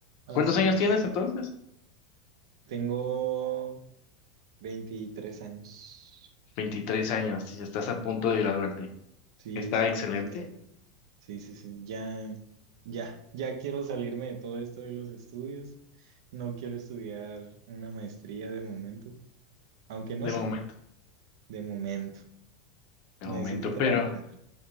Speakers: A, on the right (about 75°); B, on the left (about 50°).
A: Así
B: ¿Cuántos años
A: es.
B: tienes entonces?
A: Tengo 23 años.
B: 23 años, y estás a punto de graduarte.
A: Sí,
B: Está
A: ya estoy
B: excelente,
A: a punto de graduar. Sí, sí, sí, ya, ya, ya quiero salirme de todo esto de los estudios. No quiero estudiar una maestría de momento, aunque no
B: de
A: sé,
B: momento.
A: de momento.
B: De
A: Necesito
B: momento,
A: trabajar.
B: pero,